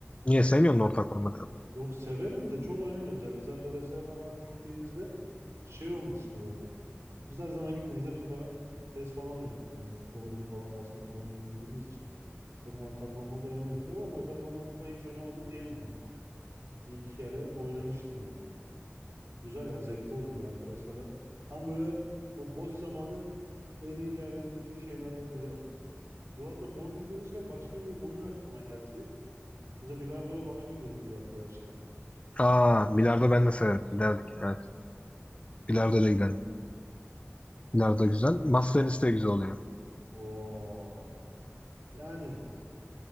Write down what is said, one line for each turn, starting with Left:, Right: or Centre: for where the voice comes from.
Left: Niye sevmiyorsun Mortal Kombat'ı?
Right: Yok severim de çok oynamıyoruz. Ya biz arkadaşlarla falan gittiğimizde şey olmuştu böyle. Biz her zaman gittiğimizde FIFA, PES falan oynuyorduk yani futbol oyunu falan basketbol oyunu oynadığımız için çok Mortal Kombat oynamıyorduk ama Mortal Kombat'ta hiç oynamadım diyemem yani. Bir iki kere oynamıştım yani. Güzel ya zevkli oluyor bir de arkadaşlarla. Tam böyle o boş zamanı en iyi değerlendirdiğin şeylerden biri bak. Bu arada bowling demişken başka bir oyun aklıma geldi. Mesela bilardoya falan gidiyorduk biz arkadaşlarla.
Left: Aa, bilardo ben de severim. Giderdik. Evet. Bilardo da gidelim. Bilardo güzel. Masa tenisi de güzel oluyor.
Right: Oo. Yani